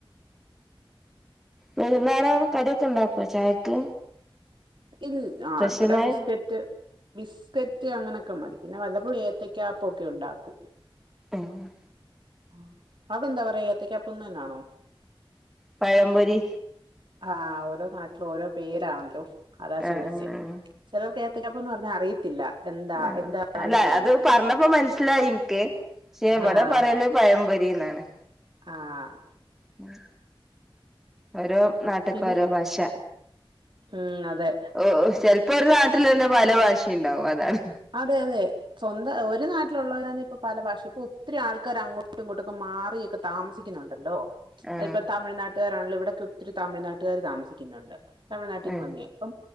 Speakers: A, in the centre; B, on the right.
A: വൈന്നേരം കട്യൊക്കെണ്ടാക്കോ ചായക്ക്?
B: ഇൽ ആഹ്
A: സ്പെഷ്യലായി
B: ഇബടെ ബിസ്കറ്റ് ബിസ്കറ്റ് അങ്ങനെയൊക്കെ മതി. പിന്നെ വല്ലപ്പോഴും ഏത്തക്ക്യാപ്പൊക്കെ ഉണ്ടാക്കും.
A: ഏഹ്
B: ആഹ്. അവിടെന്താ പറയാ, ഏത്തക്കാപ്പംന്ന് ന്നാണോ?
A: പഴംപൊരി.
B: ആഹ് ഓരോ നാട്ടിലും ഓരോ പേരാണല്ലോ അതാ
A: ആഹ്
B: ചോയ്ച്ചേ
A: ആഹ്
B: ചെലോർക്ക് ഏത്തക്കാപ്പംന്ന് പറഞ്ഞാ അറിയത്തില്ല. എന്താ
A: ആഹ്
B: എന്താന്ന് അറിയത്തില്ല
A: അല്ല അതഹ് പറഞ്ഞപ്പം മൻസ്സിലായി ഇൻക്ക്. പക്ഷെ ഇവടെ
B: ആഹ്
A: പറയല് പഴംപൊരീന്നാണ്.
B: ആഹ്
A: ഉം ഓരോ നാട്ട്ക്ക്
B: പിന്നെ
A: ഓരോ ഭാഷ
B: ഉം അതെ
A: ഒഒഹ് ചെൽപ്പൊരു നാട്ടിലെന്നെ പല ഭാഷീണ്ടാവും അതാണ്.
B: അതെയതെ. സ്വന്ത ഒരു നാട്ടിലുള്ളവരാന്നെ ഇപ്പൊ പല ഭാഷ. ഇപ്പൊ ഒത്തിരി ആൾക്കാർ അങ്ങോട്ടും ഇങ്ങോട്ടു ഒക്കെ മാറിയൊക്കെ താമസിക്കുന്നുണ്ടല്ലോ.
A: ആ
B: ആഹ് യിപ്പൊ തമിഴ്നാട്ടുകാരാണല്ലോ, ഇവിടൊക്കെ ഒത്തിരി തമിഴ്നാട്ടുകാര് താമസിക്കുന്നുണ്ട്. തമിഴ്നാട്ടിന്ന്
A: ആ
B: വന്നെയാ. അപ്പം